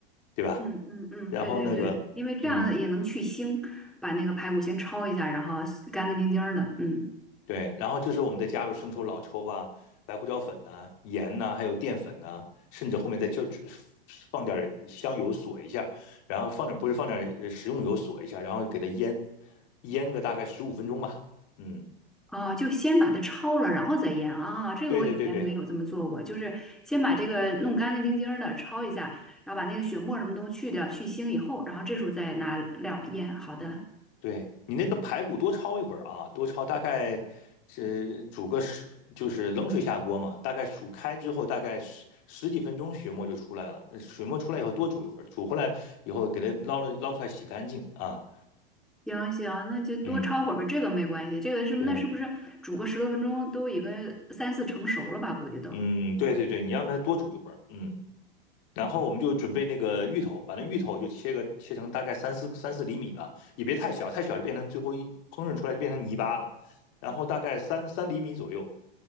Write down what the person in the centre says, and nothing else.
嗯嗯嗯，
对对对，因为这样也能去腥，
把那个排骨先焯一下，然后干干净净儿的。嗯。
啊，就先把它焯了，然后再腌啊。这个我以前没有这么做过，
就是先把这个弄干干净净儿的焯一下，然后把那个血沫什么都去掉，去腥以后，然后这时候再拿料儿腌。好的，
行行，那就多焯会儿吧，
这个没关系。这个是那是不是煮个十多分钟都已经三四成熟了吧？
估计都